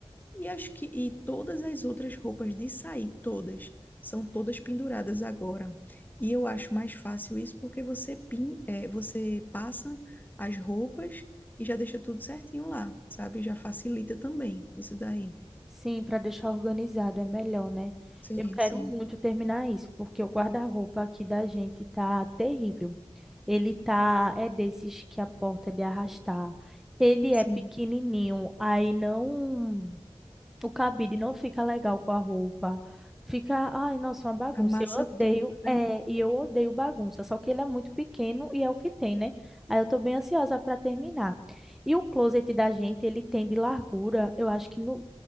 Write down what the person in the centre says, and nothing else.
Sim, para deixar organizado é melhor, né?
Eu quero
muito terminar isso, porque o guarda-roupa aqui da gente tá terrível. Ele tá, é desses que a porta é de arrastar. Ele
é pequenininho, aí não O cabide não fica legal com a roupa. Fica, ai, nossa, uma bagunça.
Eu odeio,
é, e eu odeio bagunça, só que ele é muito pequeno e é o que tem, né? Aí eu tô bem ansiosa para terminar. E o closet da gente, ele tem de largura, eu acho que não,